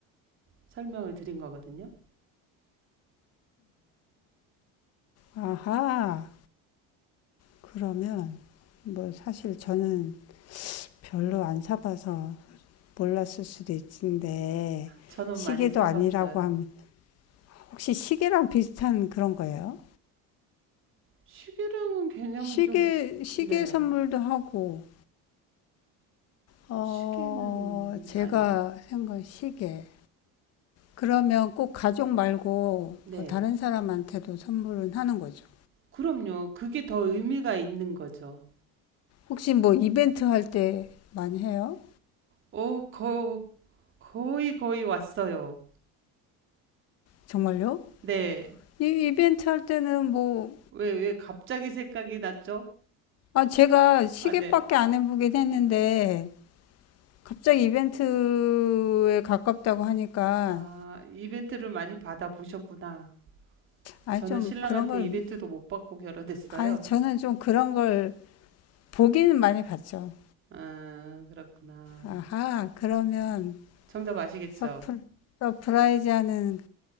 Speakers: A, on the right; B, on the left.
A: 설명을 드린 거거든요.
B: 아하, 그러면 뭐 사실 저는 별로 안 사봐서 몰랐을 수도 있는데
A: 저는
B: 시계도
A: 많이 사봤어요.
B: 아니라고 하면 혹시 시계랑 비슷한 그런 거예요?
A: 시계랑은 개념이
B: 시계,
A: 좀,
B: 시계
A: 네.
B: 선물도 하고, 어,
A: 시계는
B: 제가
A: 아니에요.
B: 생각 시계. 그러면 꼭 가족 말고
A: 네.
B: 뭐 다른 사람한테도 선물은 하는 거죠.
A: 그럼요. 그게 더 의미가 있는 거죠.
B: 혹시 뭐 이벤트 할 때 많이 해요?
A: 오, 거, 거의 거의 왔어요.
B: 정말요?
A: 네.
B: 이 이벤트 할 때는 뭐,
A: 왜, 왜 갑자기 생각이 났죠?
B: 아, 제가 시계밖에
A: 아, 네.
B: 안 해보긴 했는데, 갑자기 이벤트에 가깝다고 하니까,
A: 아, 이벤트를 많이 받아보셨구나.
B: 아,
A: 저는
B: 좀
A: 신랑한테
B: 그런 걸,
A: 이벤트도 못 받고 결혼했어요.
B: 아, 저는 좀 그런 걸 보기는 많이 봤죠.
A: 아, 그렇구나.
B: 아하, 그러면
A: 정답 아시겠죠?
B: 서프, 서프라이즈 하는,